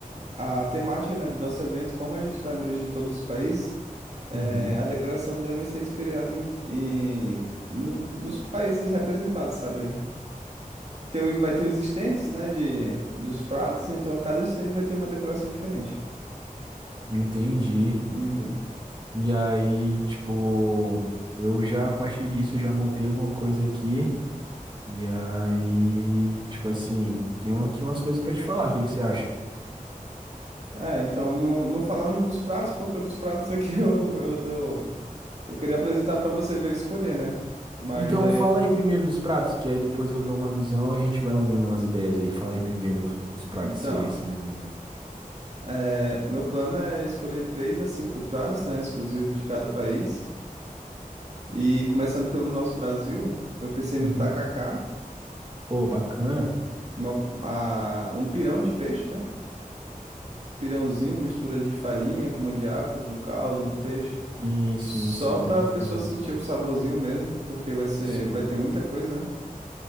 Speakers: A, on the right; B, on the right.
A: a temática, né, do nosso evento, como a gente vai abranger todos os países, eh,
B: Uhum.
A: a decoração deve ser inspirada em, em- nos, nos países representados, sabe? Tem, os- vai ter os estandes, né, de, dos pratos, então cada estande vai ter uma decoração diferente.
B: Entendi.
A: Uhum.
B: E aí, tipo, eu já a partir disso eu já montei alguma coisa aqui. E aí, tipo assim, tenho aqui umas coisas pra te falar. O que que você acha?
A: É, então, não, não falando dos pratos, porque dos pratos aqui <laughs> eu, eu, dou, eu queria apresentar para você ver e escolher, né? Mas
B: Então,
A: aí,
B: fala aí primeiro dos pratos, que aí depois eu dou uma visão e a gente vai unindo umas ideias aí. Fala aí primeiro os, os pratos
A: então...
B: que você você desenha.
A: É, meu plano é escolher três a cinco prazos, né, exclusivo de cada país. E começando pelo nosso Brasil, eu pensei
B: Uhum.
A: no tacacá,
B: Pô, bacana.
A: uma- a- um pirão de peixe, né? Pirãozinho, mistura de farinha com mandioca, com caldo de peixe.
B: Sim,
A: Só
B: sim, sim.
A: para
B: eu
A: a
B: entendo.
A: pessoa sentir o saborzinho mesmo, porque vai ser,
B: Sim,
A: vai ter muita coisa, né?